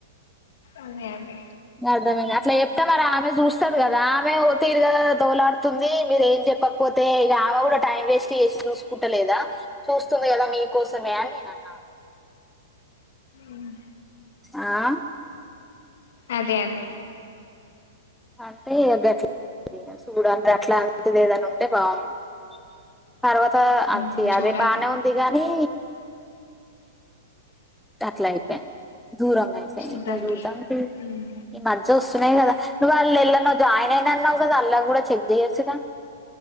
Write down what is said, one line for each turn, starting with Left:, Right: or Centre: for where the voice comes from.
Left: అదే అదే
Centre: అర్థమయింది అట్లా చెప్తే మరి ఆమె చూస్తది కదా ఆమె ఒక తీరు దోలాడుతుంది మీరు ఏం చెప్పకపొతె చెప్పకపోతే ఆమె కూడా టైం వేస్ట్ చేసి చూసుకుంటలేదా చూస్తుంది కదా మీకోసమే అని నేను అన్నా
Left: ఉమ్
Centre: ఆ
Left: అదే అదే
Centre: అంటే <unintelligible> చూడాలి మరి అట్లాంటిది ఏదైనా ఉంటే బాగుంటంది తర్వాత
Left: ఉమ్
Centre: అంత
Left: చూడాలి
Centre: అదే బానే ఉంది గానీ అట్ల అయిపోయి దూరం అయిపోయి
Left: చూద్దాం
Centre: ఇకా చూడనికి
Left: తీ ఉమ్
Centre: ఈ మధ్య స్తున్నాయి కదా నువ్వు వెళ్ళు అనొద్దు ఎళ్ళావ్ అయిన అన్నావు కదా అలా కూడా చెక్ చెయచ్చుగా